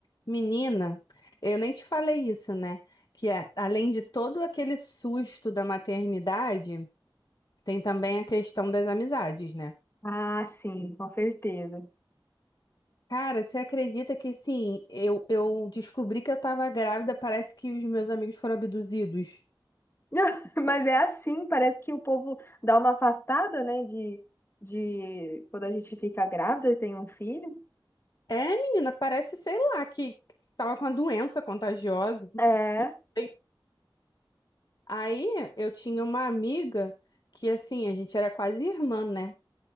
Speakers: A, on the left; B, on the left.
A: Menina, eu nem te falei isso, né? Que a- além de todo aquele susto da maternidade, tem também a questão das amizades, né?
B: Ah, sim, com certeza.
A: Cara, você acredita que sim, eu, eu descobri que eu tava grávida, parece que os meus amigos foram abduzidos.
B: <laughs> Mas é assim, parece que o povo dá uma afastada, né, de, de quando a gente fica grávida e tem um filho.
A: É, menina, parece, sei lá, que tava com a doença contagiosa. não
B: É.
A: sei. Aí eu tinha uma amiga que, assim, a gente era quase irmã, né?